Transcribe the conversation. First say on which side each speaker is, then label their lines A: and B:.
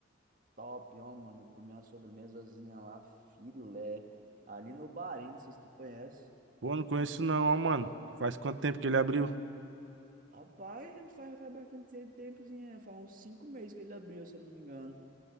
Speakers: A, on the right; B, on the right.
A: top, ó, mano. Comi uma sobremesazinha lá, filé, ali no Bahrein, não sei se tu conhece.
B: Pô, não conheço não, ó, mano. Faz quanto tempo que ele abriu?
A: Rapaz, faz, faz bastante tempozinho, é, faz uns cinco meses que ele abriu, se eu não me engano.